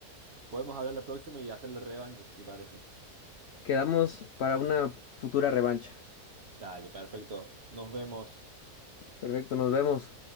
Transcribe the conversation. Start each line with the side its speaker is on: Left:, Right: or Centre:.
Right: Podemos hablar la próxima y hacer la revancha, si te parece.
Left: quedamos para una futura revancha.
Right: Dale, perfecto. Nos vemos.
Left: Perfecto, nos vemos.